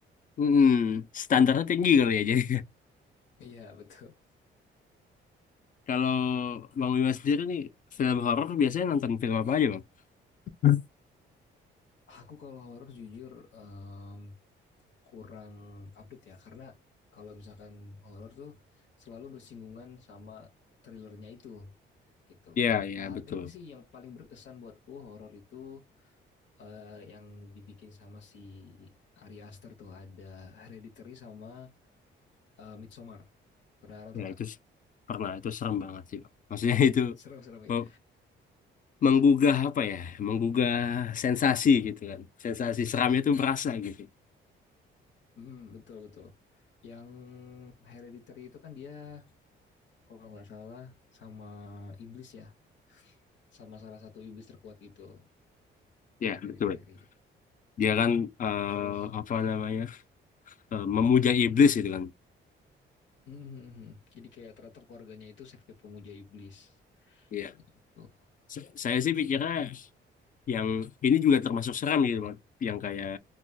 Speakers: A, on the left; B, on the left.
A: hmm, standarnya tinggi kali ya jadi
B: Iya, betul.
A: Kalau Bang Wimas sendiri nih, film horor biasanya nonton film apa aja, Bang? <laughs>
B: Aku kalau horor jujur, em, kurang update ya karena kalau misalkan horor tuh selalu bersinggungan sama thrillernya itu gitu.
A: Iya, iya,
B: Paling
A: betul.
B: sih yang paling berkesan buatku horor itu eh, yang dibikin sama si Ari Aster tuh ada Hereditary sama eh, Midsommar. Pernah nonton
A: Ya,
B: nggak?
A: itu s- pernah. Itu serem banget sih, Bang. Maksudnya <laughs> itu
B: <laughs> Serem-serem itu.
A: me- menggugah apa ya? Menggugah sensasi gitu kan. Sensasi seramnya itu berasa gitu.
B: Hmm, betul betul. Yang Hereditary itu kan dia kalau nggak salah sama iblis ya, sama salah satu iblis terkuat gitu
A: Ya,
B: yang Hereditary.
A: betul. Dia kan eh,
B: Terus
A: apa namanya? eh, memuja iblis gitu kan.
B: Mhm. Jadi kayak ternyata keluarganya itu sekte pemuja iblis
A: Iya.
B: gitu.
A: S- Saya sih pikirnya yang ini juga termasuk seram gitu, Bang. Yang kayak